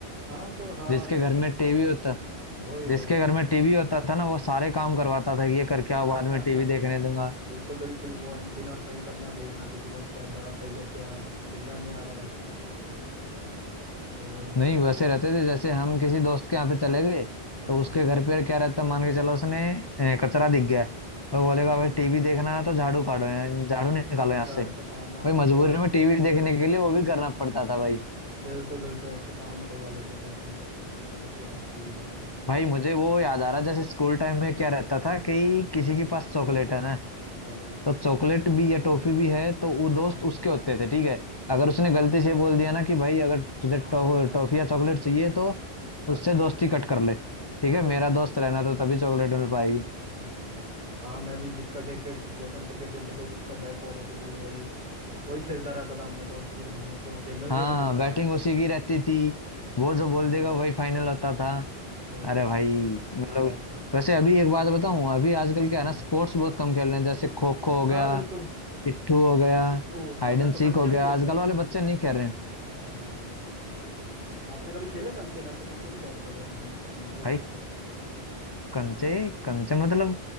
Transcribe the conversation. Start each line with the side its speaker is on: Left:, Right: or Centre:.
Right: हाँ तो हाँ
Left: जिसके
Right: मैं
Left: घर में टीवी होता
Right: वही वही
Left: जिसके
Right: वही
Left: घर में टीवी होता था ना वो सारे काम करवाता था कि ये करके
Right: <laughs>
Left: आओ बाद में टीवी देखने दूंगा
Right: बिल्कुल बिल्कुल वो एंटीना सही करना भेजना किसी को ऊपर जा सही करके आ सिग्नल नहीं आ रहा है वो
Left: नहीं
Right: फिर सही
Left: वैसे
Right: कर
Left: रहते थे जैसे हम किसी दोस्त के यहाँ पे चले गए
Right: हम्म
Left: तो
Right: हम्म।
Left: उसके घर पे क्या रहता मान के चलो उसने अ, कचरा दिख गया तो
Right: हाँ,
Left: बोलेगा
Right: हाँ।
Left: भाई टीवी देखना है तो झाड़ू काटो यहाँ झाड़ू निकालो
Right: अच्छा
Left: यहाँ से
Right: ऐसा काम वाम
Left: भाई मजबूरी
Right: निकलवा लेते
Left: में टीवी
Right: थे अपने
Left: देखने के लिए वो भी करना पड़ता था भाई
Right: बिल्कुल बिल्कुल ऐसे काम निकलवा लेते थे अपने जिसके पास टीवी रहती थी
Left: भाई मुझे वो याद आ रहा जैसे स्कूल टाइम में क्या रहता था कि
Right: हम्म
Left: किसी
Right: हम्म।
Left: के पास चॉकलेट है ना
Right: चॉकलेट
Left: तो
Right: हाँ
Left: चॉकलेट
Right: हाँ
Left: भी या टॉफी भी है तो वो दोस्त
Right: हाँ हाँ
Left: उसके होते थे ठीक है अगर उसने
Right: हाँ
Left: गलती
Right: हाँ
Left: से बोल दिया ना कि भाई अगर तुझे
Right: हाँ
Left: टॉफ-
Right: हाँ हाँ हाँ
Left: टॉफी या चॉकलेट चाहिए तो उससे
Right: हाँ,
Left: दोस्ती
Right: <laughs>
Left: कट कर ले ठीक है
Right: बिल्कुल
Left: मेरा दोस्त रहना तो तभी चॉकलेट मिल पाएगी
Right: अच्छा अच्छा हाँ मैं भी जिसका क्रिकेट जैसे हम क्रिकेट खेलते थे जिसका बैट बॉल होती थी वही वही खेलता रहता था मैं तो और मेरे को खेलने के
Left: हाँ
Right: लिए नहीं मिलता
Left: बैटिंग
Right: था
Left: उसी की रहती थी वो जो
Right: हाँ
Left: बोल देगा वही फाइनल होता था
Right: बिल्कुल
Left: अरे भाई मतलब
Right: बहुत अच्छा
Left: वैसे अभी एक बात बताऊं अभी आजकल
Right: हाँ
Left: क्या है
Right: हाँ
Left: ना स्पोर्ट्स बहुत कम खेल रहे हैं जैसे खो खो हो गया
Right: हाँ बिल्कुल
Left: पिट्ठू हो गया
Right: पिट्ठू हाँ
Left: हाइड
Right: मैं
Left: एंड
Right: तो
Left: सीक
Right: कंचे
Left: हो गया
Right: भी खेलता
Left: आजकल
Right: था
Left: वाले बच्चे नहीं खेल रहे हैं
Right: हाँ आपने कभी खेले कंचे मैंने तो कंचे भी बहुत खेले हम जीत मजे
Left: भाई
Right: आते थे
Left: कंचे कंचे मतलब